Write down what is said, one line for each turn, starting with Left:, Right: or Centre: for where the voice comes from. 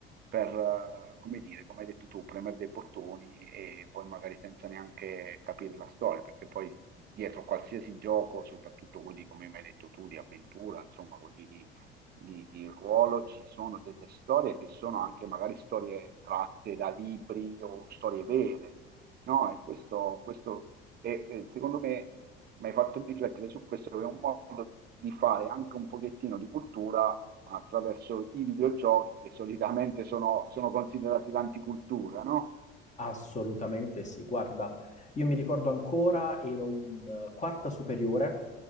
Right: per, eh, come dire, come hai detto tu, premere dei bottoni e poi magari senza neanche capire la storia, perché poi dietro qualsiasi gioco, soprattutto quelli come mi hai detto tu, di avventura, insomma, quelli di, di di ruolo, ci sono delle storie che sono anche magari storie tratte da libri o storie vere No, e questo, questo è- è- secondo me mi hai fatto riflettere su questo, che è un modo di fare anche un pochettino di cultura attraverso i videogiochi che solitamente sono, sono considerati l'anticultura, no?
Left: Assolutamente sì, guarda, io mi ricordo ancora, ero in eh, quarta superiore